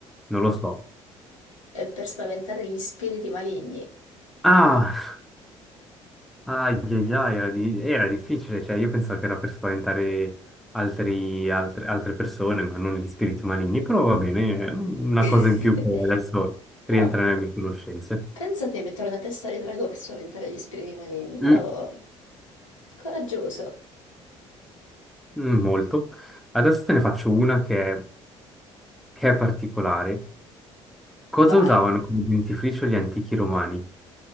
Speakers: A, in the centre; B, on the left.
A: non lo so.
B: È per spaventare gli spiriti maligni.
A: Ah, Ai, ai, ai, era, di- era difficile, cioè io pensavo che era per spaventare altri- altre, altre persone, ma non gli spiriti maligni, però va bene, è una
B: <laughs>
A: cosa in più che adesso
B: Però
A: rientra nelle mie conoscenze.
B: pensate di mettere una testa di drago per spaventare gli spiriti maligni.
A: Mm,
B: Io, coraggioso,
A: mm, molto. Adesso te ne faccio una che è, che è particolare. Cosa
B: vai.
A: usavano come dentifricio gli antichi romani?